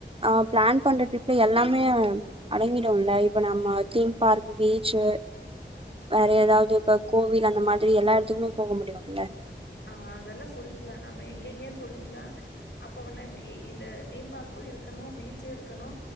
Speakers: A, on the right (about 30°); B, on the left (about 90°).
A: அ பிளான் பண்ற ட்ரிப்ல எல்லாமே, அடங்கிடூம்ல இப்ப நம்ம தீம் பார்க் பீச்சு வேற ஏதாவது இப்ப கோவில் அந்த மாதிரி எல்லா இடத்துக்குமே போக முடியுமுல்ல
B: ஆ அதெல்லா சொல்லிக்கலா நம்ம எங்க எங்கன்னு சொல்லிக்கலா அப்பவே நம்ம இந்த தீம் பார்க்கு இருக்கணு பீச்சு இருக்கணு